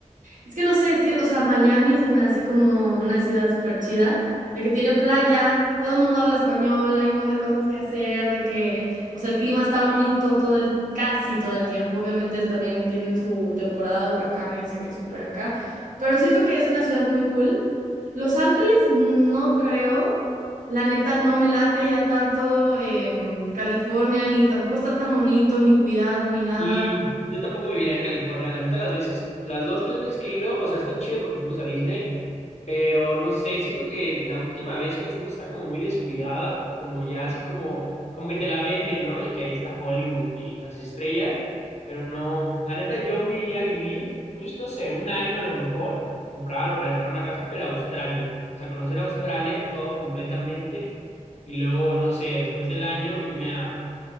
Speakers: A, on the right; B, on the left.
A: Es que no sé, sí, o sea, Miami se me hace como una ciudad súper chida, de que tiene playa, todo el mundo habla español, hay un montón de cosas que hacer, de que, o sea, el clima está bonito todo el, casi todo el tiempo. Obviamente es- también tienen su temporada de huracanes, de que súper acá, pero siento que es una ciudad muy cool. Los Ángeles no creo, la neta no me late ya tanto em, California, ni tampoco está tan bonito, ni cuidado, ni nada.
B: Y yo tampoco viviría en California. La neta, las veces, las dos, tres veces que he ido, o sea, está chido porque fuimos a Disney, pero no sé, siento que la última vez que fuimos está como muy descuidada, como ya así como, como que te la venden, ¿no? Y que ahí está Hollywood y las estrellas, pero no, la neta, yo me iría a vivir, pues, no sé, un año a lo mejor, comprar o rentar una casa, pero a Australia. O sea, conocer Australia todo completamente y luego, no sé, después del año irme a